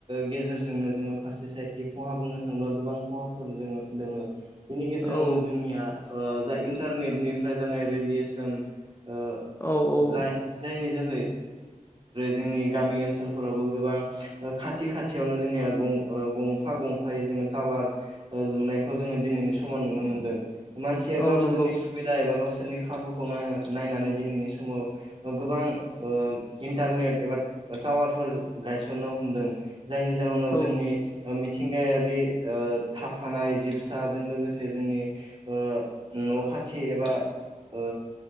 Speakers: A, on the right; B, on the left.
A: गेजेरजोंनो जोङो फारसे साइडखि खहा बुंनो थाङोब्ला गोबां खहा फोर जोङो दोङो। बिनि गेजेरावनो
B: औ
A: जोंनिया ओ जा इन्टारनेटनिफ्राय जानाय रेडियेसन ओ
B: औ औ
A: जाय जायनि जोहै जोंनि गामि ओनसोलफोरावबो गोबां ओ खाथि खाथियावनो जोंनिया ओ गंफा गंफायै जोङो टावार ओ लुनाय खौ जोङो दिनैनि समाव नुनो मोनदों मानसिया
B: औ
A: गावसोरनि
B: नंगौ
A: सुबिदा एबा गावसोर नि खाबुखौ नाय-नायनानै दिनैनि समाव गोबां ओ इन्टारनेट एबा टावारफोर गायसननो हमदों। जायनि जाहोनाव
B: औ
A: जोंनि ओ मि थिंगायारि ओ थाफानाय जिबसाजों लोगोसे जोंनि ओ न' खाथि एबा ओ